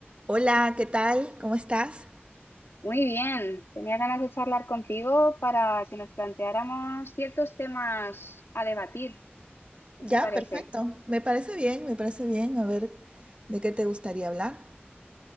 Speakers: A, on the right; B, on the left.
A: Hola, ¿qué tal? ¿Cómo estás?
B: Muy bien, tenía ganas de charlar contigo para que nos planteáramos ciertos temas a debatir. ¿Qué
A: Ya,
B: te parece?
A: perfecto. Me parece bien, me parece bien. A ver, ¿de qué te gustaría hablar?